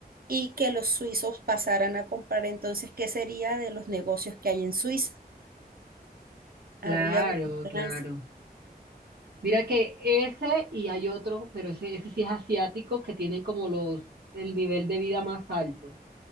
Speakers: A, on the right (about 65°); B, on the right (about 80°).
A: y que los suizos pasaran a comprar. Entonces, ¿qué sería de los negocios que hay en Suiza?
B: Claro,
A: Habría un balance.
B: claro. Mira que ese y hay otro, pero ese, ese sí es asiático, que tienen como los, el nivel de vida más alto.